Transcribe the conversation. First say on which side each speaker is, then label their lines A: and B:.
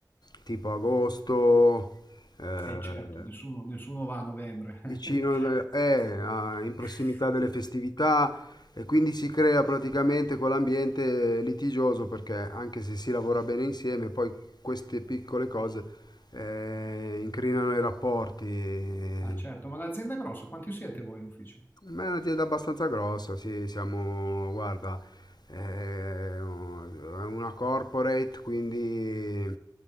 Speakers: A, on the left; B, on the left.
A: tipo agosto. Eh,
B: Eh certo, nessuno nessuno va a novembre. <laughs>
A: vicino, alle- eh, a- in prossimità delle festività e quindi si crea praticamente quell'ambiente litigioso perché anche se si lavora bene insieme, poi queste piccole cose eh, incrinano i rapporti.
B: Ah certo, ma un'azienda grossa, quanti siete voi in ufficio?
A: Ma è un'azienda abbastanza grossa, sì, siamo, guarda, eh, è una corporate, quindi